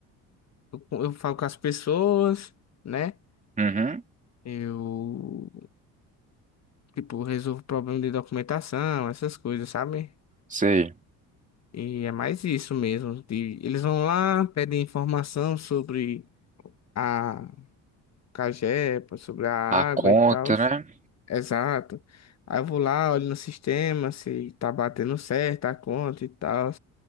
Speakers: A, on the left; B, on the right.
A: Eu, eu falo com as pessoas, né?
B: Uhum,
A: Eu, tipo, resolvo problema de documentação, essas coisas, sabe?
B: sei.
A: E é mais isso mesmo. de- eles vão lá, pedem informação sobre a cagepa, sobre a água
B: A conta,
A: e tal.
B: né?
A: Exato. Aí eu vou lá, olho no sistema se tá batendo certo a conta e tal.